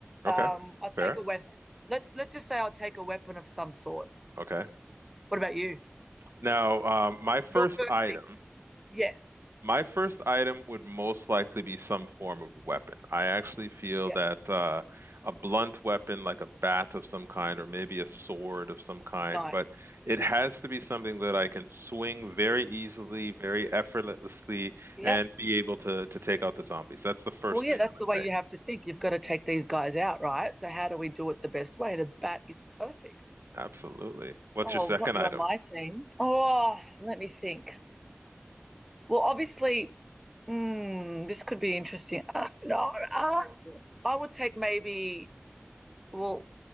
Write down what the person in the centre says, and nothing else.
Um, I'll take
a weapon. Let's let's just say I'll take a weapon of some sort.
What about you?
Your first
thing. Yes.
Yeah.
Nice.
Yep.
Well, yeah,
that's
the way you
have to think. You've got to take these guys out, right? So how do we do it the best way? The bat is perfect.
Oh,
not you
on my team. Oh, let me think. Well, obviously, mm, this could be interesting. Uh, no, uh, I would take maybe. Well,